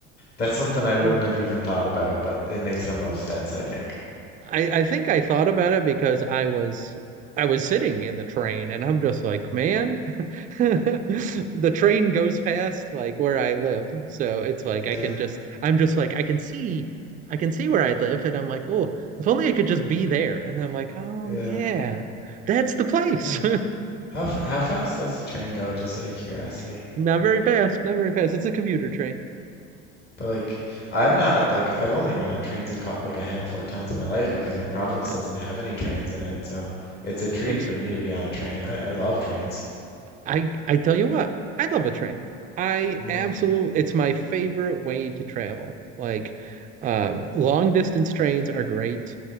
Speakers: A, on the left; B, on the right.
A: That's something
B: <laughs>
A: I wouldn't have even thought about, but it makes the most
B: go.
A: sense, I think.
B: I I think I thought about it because I was I was sitting in the train and I'm just like, man, <laughs> the train goes past like where I live. So it's like
A: Yeah,
B: I can just I'm just like I can see I can see where I live and I'm like, oh, if only I could just be there. And I'm like, oh
A: yeah.
B: yeah, that's the place.
A: Huh. How f how fast does the train go, just out of curiosity?
B: <laughs> Not very fast, not very fast. It's a commuter train.
A: But like, I'm not like I've only been on trains a cou- like a handful of times in my life because my province
B: Oh man.
A: doesn't have any trains in it, so it's a treat
B: I'm s-
A: for me to be on a train. I, I love trains.
B: I I tell you what, I love a train. I
A: Mm,
B: absolutely, it's my favorite way to travel. Like, um, long distance trains are great